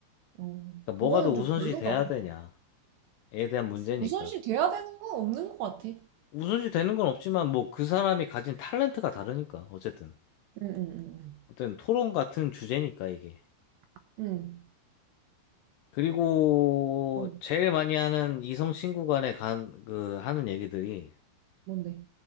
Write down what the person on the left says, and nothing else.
그러니까
뭐가 더 우선시
돼야 되냐에 대한 문제니까.
우선시 되는 건 없지만 뭐 그 사람이 가진 탤런트가 다르니까 어쨌든.
어쨌든 토론 같은 주제니까 이게.
그리고
제일 많이 하는 이성 친구 간에 간, 그, 하는 얘기들이